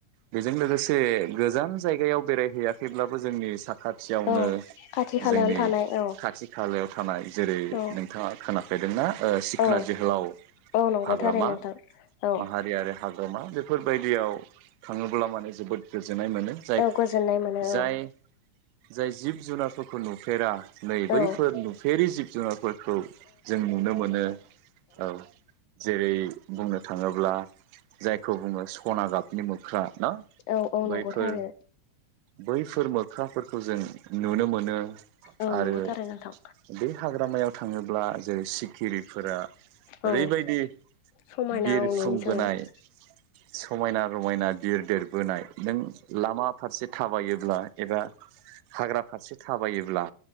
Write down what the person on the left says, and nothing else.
औ खाथि खालायावनो
थानाय औ
औ
औ
औ नंगौ
थारैनो नोंथां औ
औ गोजोननाय मोनो
औ
औ
औ औ
नंगौ थारै
औ
नंगौ थारै नोंथां
औ
समायना
औ नुयो
जोङो